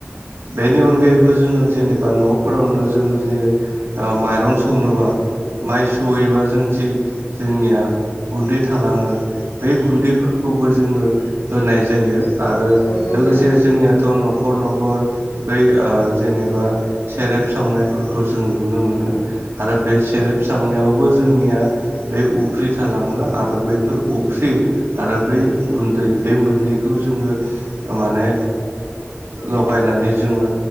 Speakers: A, on the right; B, on the left.
A: बेनि अनगायै बो जोङो जेनेबा न'फोरावनो जोङो जे माइरं संनोबा माइ सौहैबा जों जि जोंनिया गुन्दै थालाङो बै गुन्दैफोरखौ खौबो जोङो होनाय जायो आरो
B: नंगौ
A: लोगोसे
B: नोंथां औ
A: जोंनिया थ' न'खर न'खर बै जेनेबा सेरेब सावनायफोरखौ जों नुनो मोनो आरो बे सेरेब सावनायावबो जोंनिया बे उफ्रि थालाङो आरो बैफोर उफ्रि आरो बै गुन्दै बे मोननै बेखौ जोङो माने लगायनानै जोङो